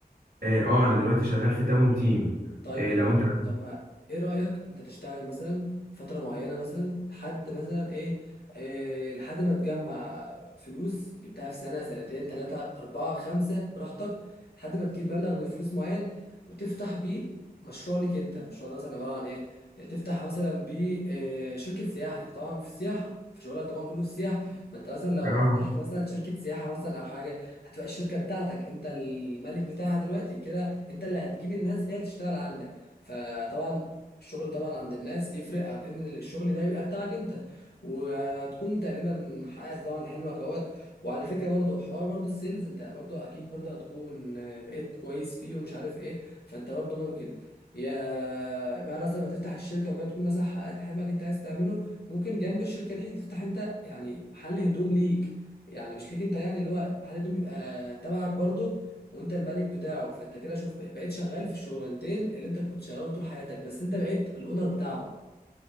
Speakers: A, on the right (about 80°); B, on the left (about 80°).
A: اه آه، انا دلوقتي شغال في تاون تيم
B: طيب
A: آه
B: حلو
A: لو انت
B: طب ما ايه رأيك انت تشتغل مثلا فترة معينة مثلا لحد مثلا ايه, إيه لحد ما تجمع فلوس جبتها في سنة سنتين ثلاثة أربعة خمسة براحتك لحد ما تجيب مبلغ من الفلوس معين وتفتح بيه مشروع لك انت المشروع ده مثلا عبارة عن ايه يعني تفتح مثلا بيه إيه شركة سياحة انت طبعا في السياحة في شغلك طبعا كله في السياحة ما انت مثلا لو
A: اه
B: فتحت مثلا شركة سياحة مثلا او حاجة هتبقى الشركة بتاعتك انت الملك بتاعها دلوقتي كده انت اللي هتجيب الناس هي اللي تشتغل عندك فطبعا الشغل طبعا عند الناس يفرق عن ان الشغل ده يبقى بتاعك انت وهتكون تقريبا حققت طبعا حلمك اهوت وعلى فكره برضو حوار برضو السيلز انت برضو اكيد برضو هتكون بقيت كويس فيه ومش عارف ايه فانت برضو ممكن يا بعد مثلا ما تفتح الشركه وكده تكون مثلا حققت حلمك انت عايز تعمله ممكن جنب الشركه دي تفتح انت يعني محل هدوم ليك يعني مش ليك انت يعني اللي هو محل هدوم يبقى تبعك برضو وانت الملك بتاعه فانت كده شوف بقيت شغال في الشغلانتين اللي انت كنت شغالهم طول حياتك بس انت بقيت الاونر بتاعهم